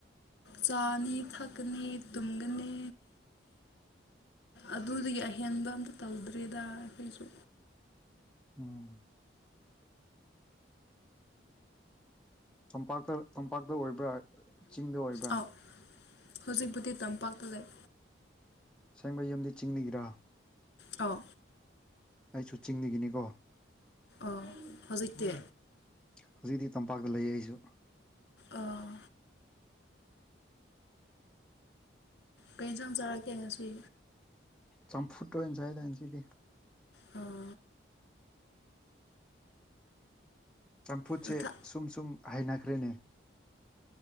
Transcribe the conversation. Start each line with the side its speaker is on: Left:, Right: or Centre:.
Left: ꯆꯥꯅꯤ ꯊꯛꯅꯤ ꯇꯨꯝꯒꯅꯤ ꯑꯗꯨꯗꯒꯤ ꯑꯍꯦꯟꯕ ꯑꯝꯇ ꯇꯧꯗ꯭ꯔꯔꯤꯦꯗ ꯑꯩꯈꯣꯏꯁꯨ
Centre: ꯎꯝ ꯇꯝꯄꯥꯛꯇ ꯇꯝꯄꯥꯛꯇ ꯑꯣꯏꯕ꯭ꯔꯥ ꯆꯤꯡꯗ ꯑꯣꯏꯕ꯭ꯔꯥ
Left: ꯑꯥꯎ ꯍꯧꯖꯤꯛꯄꯨꯗꯤ ꯇꯝꯄꯥꯛꯇ ꯂꯩ
Centre: ꯁꯦꯡꯕ ꯌꯨꯝꯗꯤ ꯆꯤꯡꯂꯤꯒꯤꯔꯥ
Left: ꯑꯣ
Centre: ꯑꯩꯁꯨ ꯆꯤꯡꯗꯒꯤꯅꯤꯀꯣ
Left: ꯑ ꯍꯧꯖꯤꯛꯇꯤ
Centre: ꯍꯧꯖꯤꯛꯇꯤ ꯇꯝꯄꯥꯛꯇ ꯂꯩꯌꯦ ꯑꯩꯁꯨ
Left: ꯑꯥ ꯀꯩꯅ ꯁꯝ ꯆꯔ ꯀ ꯁꯤ
Centre: ꯆꯝꯐꯨꯠ ꯑꯣꯏꯅꯁꯥꯏꯗꯥꯅ ꯁꯤꯗꯤ
Left: ꯑꯣ
Centre: ꯆꯝꯐꯨꯠꯁꯦ
Left: ꯅꯊ
Centre: ꯁꯨꯝ ꯁꯨꯝ ꯍꯥꯏꯅꯈ꯭ꯔꯦꯅꯦ